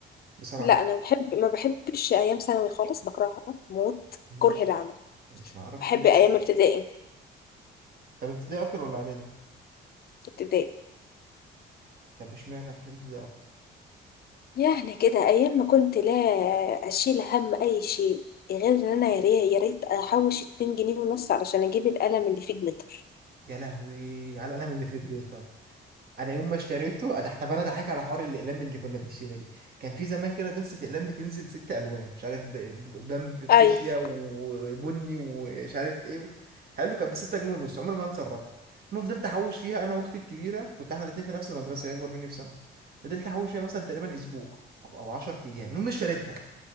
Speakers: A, on the right (about 50°); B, on the left (about 50°).
A: بصراحه
B: لا انا بحب ما بحبش ايام ثانوي خالص بكرهها موت
A: ماشي
B: كره العمل
A: ماشي ما اعرفش
B: بحب
A: ليه بس
B: ايام
A: ماشي
B: ابتدائي
A: طب ابتدائي اكتر ولا اعدادي
B: ابتدائي
A: طب اشمعنى بتحب ده اكتر
B: يعني كده ايام ما كنت لا اشيل هم اي شيء غير ان انا يا ريت يا ريت احوش 2 جنيه ونص علشان اجيب القلم اللي فيه جليتر
A: يا لهوي على القلم اللي في جليتر انا يوم ما اشتريته انا طب انا ضحك على حوار الاقلام اللي كنا بنشتريها دي كان في زمان كده دستة اقلام بتنزل ست الوان مش عارف ب- ب- بامبي فوشيا
B: ايوه
A: وبني ومش عارف ايه حلو كانت ب 6 جنيه ونص عمري ما انسى الرقم المهم فضلت احوش فيها انا واختي الكبيره كنت احنا الاثنين في نفس المدرسه هي اكبر مني بسنه فضلت احوش فيها مثلا تقريبا اسبوع او او 10 ايام المهم اشتريتها